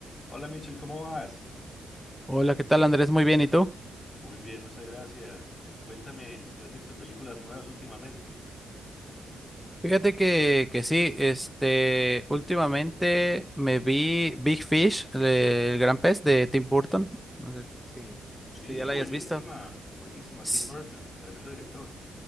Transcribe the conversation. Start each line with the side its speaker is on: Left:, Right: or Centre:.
Left: Hola Michel, ¿cómo vas?
Centre: Hola, ¿qué tal Andrés? Muy bien, ¿y tú?
Left: Muy bien, muchas gracias. Cuéntame si has visto películas nuevas últimamente.
Centre: Fíjate que, que sí, este, últimamente me vi Big Fish, el, el gran pez de Tim Burton. No sé si,
Left: Sí,
Centre: si ya la
Left: buenísima,
Centre: hayas visto.
Left: buenísima.
Centre: S-
Left: Tim Burton, tremendo director.